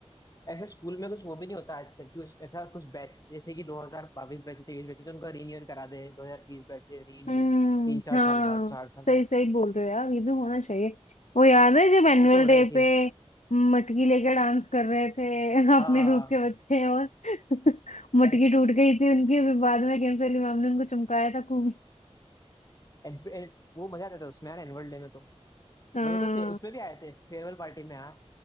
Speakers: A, on the left; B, on the left.
A: ऐसे स्कूल में कुछ वो भी नहीं होता आजकल कि उस- ऐसा कुछ बैच जैसे कि 2022 बैच तेईस बैच है, तो उनका रीयूनियन करा दे 2020 बैच से रीयूनियन
B: हम्म
A: तीन चार
B: हाँ
A: साल बाद चार साल बाद
B: सही सही बोल रहे हो यार ये भी होना चाहिए वो याद है जब एनुअल
A: ये तो होना
B: डे
A: ही चाहिए
B: पे मटकी लेकर डांस कर रहे थे <laughs> अपने
A: हाँ
B: ग्रुप के बच्चे और <laughs> मटकी
A: एन,
B: टूट गई थी उनकी फिर बाद में केम्स वाली मैम ने उनको चमकाया था खूब
A: एन, एन, वो मजा आता था उसमें यार एनुअल डे में तो
B: हाँ
A: भैया तो फे, उसमें भी आए थे फेयरवेल पार्टी में यार